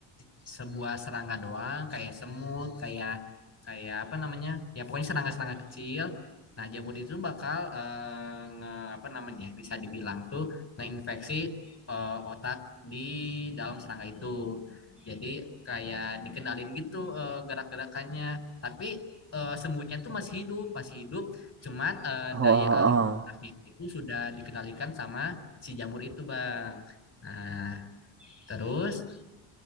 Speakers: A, on the left; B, on the right.
A: sebuah serangga doang kayak semut kayak kayak apa namanya ya pokoknya serangga-serangga kecil nah jamur itu bakal eh, nge, apa namanya bisa dibilang tuh ngeinfeksi eh, otak di dalam serangga itu jadi kayak dikenalin gitu eh, gerak-gerakannya tapi eh, semutnya tuh masih hidup masih hidup cuman eh,
B: Oh,
A: daya
B: oh,
A: alih otaknya
B: oh.
A: itu sudah dikendalikan sama si jamur itu bang nah Terus